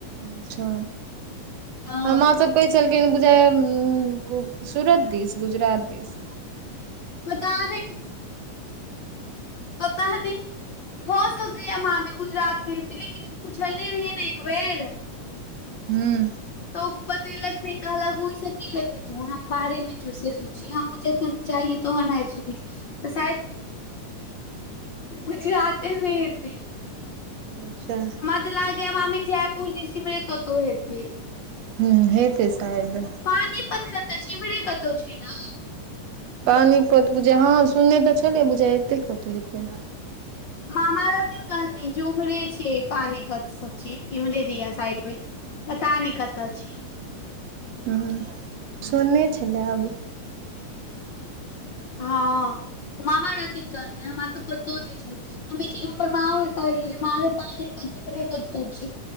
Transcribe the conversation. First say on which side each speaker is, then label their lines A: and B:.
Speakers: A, on the right; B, on the left.
A: अच्छा
B: हँ
A: हमरा सबके छलखिन बुझाए उम्म उ सूरत दिस, गुजरात दिस।
B: पता नै तहने भ सकैया मामी गुजरात मे हेते, लेकिन पुछले रहियै नै एक बेर
A: हुं।
B: तऽ उ बतैलक नै कहलक ओय से की लेबी। तू हम बाहरे मे छियो से सोचिये हमु जखन चाहिये तहन आएब सकै छो। तऽ शायद गुजराते मे हेतै।
A: अच्छा।
B: उ ते लागैया मामी जयपुर दिस इम्हरे कतौ हेतै।
A: हुं हेते शाएद।
B: पानीपत कतऽ छै इम्हरे कतौ छै ना।
A: पानीपत बुझाय हां सुनै तऽ छलै बुझाए एतै कतौ हेतै।
B: मामा रातियो कहनै जे उम्हरे छै पानीपत सब छै इम्हरे जे या साइड मे। पता नै कतऽ छै।
A: हुं सुननै छलै आएब।
B: हां उ मामा रहथिन कहने हमरा तऽ पतो नै छल। हम इ चीज हुनकर मांओ के कहलिये जे माँ गे पानि पत इम्हरे कतौ छै,